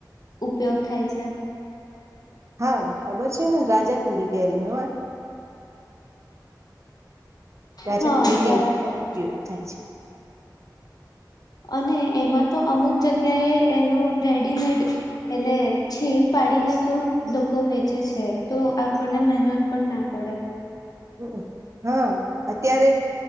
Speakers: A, on the left (about 55°); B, on the right (about 40°).
A: ઉપયોગ થાય છે?
B: હા, ખબર છે ને રાજાપુરી કેરી નો અ. રાજાપુરી
A: હા બરાબર
B: કેરી ઉપયોગ થાય છે.
A: અને એમાં તો અમુક જ ગ્યાએ એનો રેડીમેડ એટલે છીણ પાડીને પણ લોકો વેચે છે. તો આપણને મહેનત પણ ના પડે બોવ.
B: હમ્મ અં. હા અત્યારે